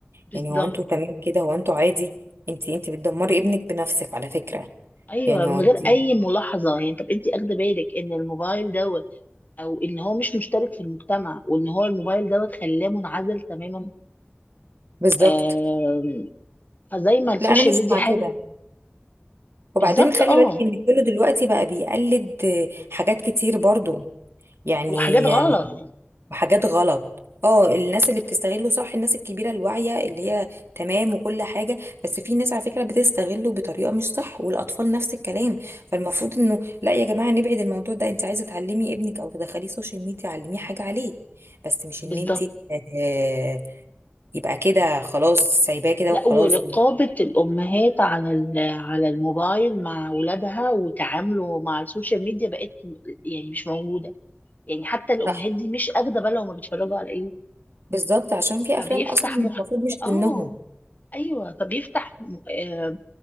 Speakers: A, on the left; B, on the right.
A: بالظبط
B: يعني هو انتوا تمام كده هو انتوا عادي انت انت بتدمري ابنك بنفسك على فكره
A: ايوه
B: يعني
A: من
B: هو انت
A: غير اي ملاحظه يعني طب انت اخده بالك ان الموبايل دوت او ان هو مش مشترك في المجتمع وان هو الموبايل دوت خلاه منعزل تماما
B: بالظبط
A: آم، فزي ما السوشيال
B: لا انا مش
A: ميديا
B: مع
A: حاجه
B: كده
A: بالظبط
B: وبعدين خلي
A: اه
B: بالك ان كله دلوقتي بقى بيقلد حاجات كتير برضو يعني
A: وحاجات غلط
B: وحاجات غلط اه الناس اللي بتستغله صح الناس الكبيرة الواعية اللي هي تمام وكل حاجة بس في ناس على فكرة بتستغله بطريقة مش صح والأطفال نفس الكلام فالمفروض انه لا يا جماعة نبعد الموضوع ده انت عايزة تعلمي ابنك او تدخليه سوشيال ميديا علميه حاجة عليه بس مش
A: بالظبط
B: ان انت آه، يبقى كده خلاص سايباه كده
A: لا
B: وخلاص
A: ورقابة الأمهات على ال- على الموبايل مع أولادها وتعامله مع السوشيال ميديا بقت م- يعني مش موجودة يعني حتى الأمهات
B: صح
A: دي مش أخدة بالها هما بيتفرجوا على إيه
B: بالظبط عشان في
A: فبيفتح
B: افلام اصلا المفروض
A: مح
B: مش
A: آه
B: سنهم
A: أيوه فبيفتح م- آه،